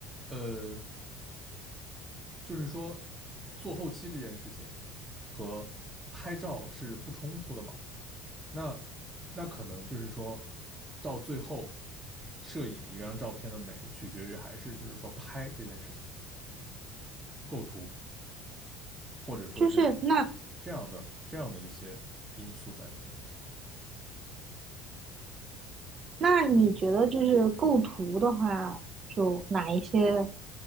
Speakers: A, on the right (about 20°); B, on the right (about 40°).
A: 呃，就是说做后期这件事情和拍照是不冲突的嘛？那那可能就是说到最后摄影一张照片的美，取决于还是就是说拍这件事情、构图，或者说是
B: 就是那
A: 这样的这样的一些因素在里面。
B: 那你觉得就是构图的话，就哪一些